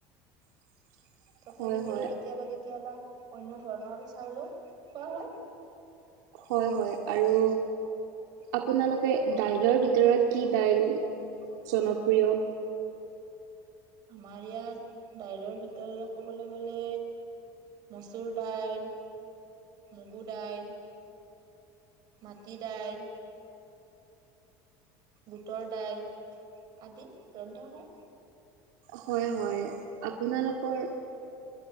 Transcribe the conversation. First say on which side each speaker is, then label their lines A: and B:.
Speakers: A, on the right; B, on the right.
A: <unintelligible>
B: তথাপিও
A: হয়
B: কেতিয়াবা, কেতিয়াবা অন্য ধৰণৰ চাউলো খোৱা হয়
A: হয়, হয়, আৰু আপোনালোকে দাইলৰ ভিতৰত, কি দাইল জনপ্ৰিয়?
B: আমাৰ ইয়াত বাহিৰৰ ভিতৰতে, ক'বলৈ গ'লে মচুৰ দাইল, মগু দাইল মাটি দাইল বুটৰ দাইল, আদি ৰন্ধা হয়।
A: হয়, হয়, আপোনালোকৰ